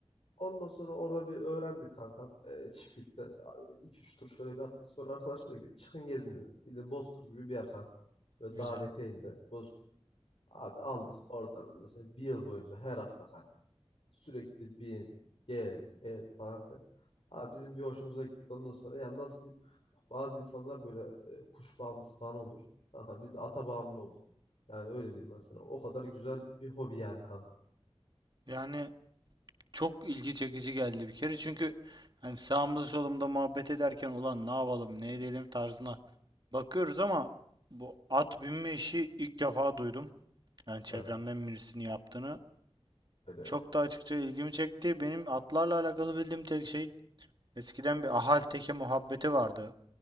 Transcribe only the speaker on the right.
Güzel.
Yani çok ilgi çekici geldi bir kere. Çünkü hani sağımda solumda muhabbet ederken ulan ne yapalım ne edelim tarzına bakıyoruz ama bu at binme işi ilk defa duydum. Yani çevremden
birisinin yaptığını.
Çok da açıkça ilgimi çekti. Benim atlarla alakalı bildiğim tek şey eskiden bir ahal teke muhabbeti vardı.